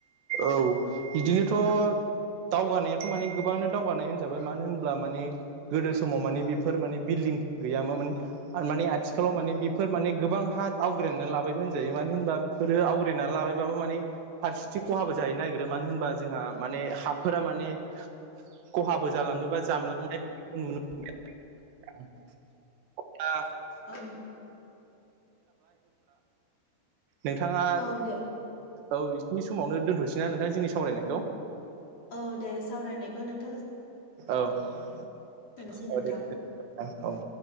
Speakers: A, on the right; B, on the left.
A: औ बिदिनोथ' दावगानायाथ' माने गोबाङानो दावगानाय होनजाबाय मानो होनब्ला माने गोदो समाव माने बेफोर माने बिल्डिं गैयामोमोन। आर माने आथिखालाव माने बेफोर माने गोबां हा आवग्रायनानै लाबायबो होनजायो मानो होनबा <unintelligible> फोरो आवरिना लाबायबाबो माने फारसेथि <unintelligible> खहाबो जाहैनो नागिरो मानो होनबा जोंहा माने हाफोरा माने खहाबो जालाङोबा जामलांनाय बेफोरखौ नुनो <unintelligible> <unintelligible>
B: औ
A: नोंथाङा
B: औ दे
A: औ बिसिनि समावनो दोनथ'नोसैना नोंथां जोंनि सावरायनायखौ
B: औ दे सावरायनायखौ नोंथां
A: औ-औ <unintelligible>
B: दोननोसै नोंथां
A: औ